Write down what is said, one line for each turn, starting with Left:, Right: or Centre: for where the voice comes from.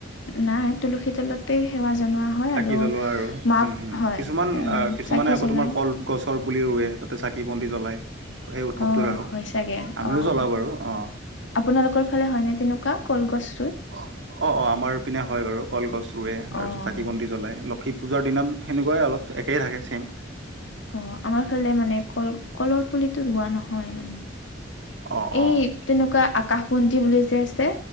Left: নাই, তুলসী তলতে সেৱা জনোৱা হয়
Right: থাকি
Left: আৰু
Right: জ্বলোৱা আৰু উম,
Left: মাপ
Right: উম
Left: হয়
Right: কিছুমান অ', কিছুমানে
Left: চাকি
Right: আকৌ
Left: জ্বলাও
Right: তোমাৰ কলগছ <unintelligible> পুলি ৰুৱে তাতে চাকি বন্তি জ্বলাই সেই উৎসৱটোত
Left: অ
Right: আৰু
Left: হয় চাগে
Right: আমিও
Left: অ
Right: জ্বলাওঁ বাৰু অ'।
Left: আপোনালোকৰ ফালে হয়নে তেনেকুৱা কলগছ ৰুই?
Right: অ', অ', আমাৰ পিনে হয় বাৰু কলগছ ৰুৱে তাৰপিছত
Left: অ',
Right: চাক কি বন্তি জ্বলাই লক্ষী পূজাৰ দিনত সেনেকুৱাই অলপ একেই থাকে ছেম।
Left: অ', আমাৰ ফালে মানে কল কলৰ পুলিটো ৰোৱা নহয় মানে
Right: অ
Left: এই
Right: অ
Left: তেনেকুৱা আকাশ বন্তি বুলি যে আছে